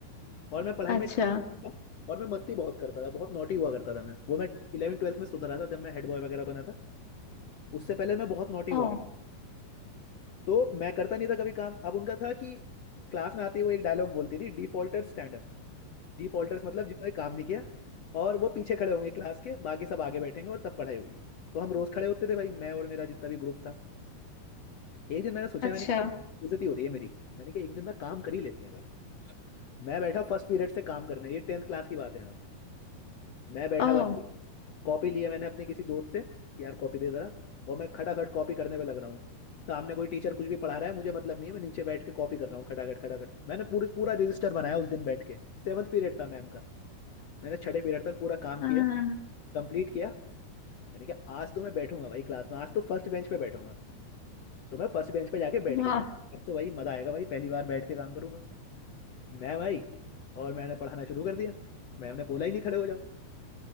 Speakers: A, on the left; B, on the left.
A: और मैं पढ़ाई
B: अच्छा
A: में और मैं मस्ती बहुत करता था बहुत नॉटी हुआ करता था मैं वो मैं इलेवन ट्वेल्थ में सुधरा था जब मैं हेड बॉय वगैरह बना था उससे पहले मैं बहुत नॉटी
B: ओ
A: हुआ तो मैं करता नहीं था कभी काम अब उनका था कि क्लास में आते ही वो एक डायलॉग बोलती थी डिफॉल्टर्स स्टैंड अप डिफॉल्टर्स मतलब जिन्होंने काम नहीं किया और वो पीछे खड़े होंगे क्लास के बाकी सब आगे बैठेंगे और तब पढ़ाई होगी तो हम रोज खड़े होते थे भाई मैं और मेरा जितना भी ग्रुप था एक दिन मैंने सोचा
B: अच्छा
A: मैंने कहा बेइज्जती हो रही है मेरी मैंने कहा एक दिन ना काम कर ही लेते हैं भाई मैं बैठा फर्स्ट पीरियड से काम करने ये टेंथ क्लास की बात है यहाँ मैं बैठा
B: ओह
A: भाई कॉपी लिया मैंने अपने किसी दोस्त से यार कॉपी दे जरा और मैं खटाखट कॉपी करने में लग रहा हूँ सामने कोई टीचर कुछ भी पढ़ा रहा है मुझे मतलब नहीं है मैं नीचे बैठ के कॉपी कर रहा हूँ खटाखट खटाखट मैंने पूरी पूरा रजिस्टर बनाया उस दिन बैठ के सेवन्थ पीरियड था मैम का मैंने छठे पीरियड तक पूरा काम
B: हाँ,
A: किया कंप्लीट किया यानी कि आज तो मैं बैठूंगा भाई क्लास में आज तो फर्स्ट बेंच पे बैठूंगा तो मैं फर्स्ट बेंच पे जाके बैठ
B: वाह
A: गया आज तो भाई मजा आएगा भाई पहली बार बैठ के काम करूंगा मैं भाई और मैंने पढ़ाना शुरू कर दिया मैम ने बोला ही नहीं खड़े हो जाओ